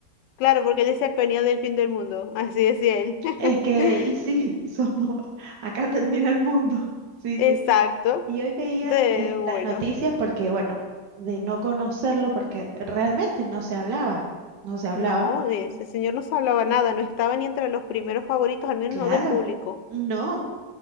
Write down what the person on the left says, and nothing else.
Claro, porque él decía que venía del fin del mundo, <laughs> así decía él. <laughs>
Exacto.
De,
bueno,
no, de ese señor no se hablaba nada, no estaba ni entre los primeros favoritos, al menos
no del público,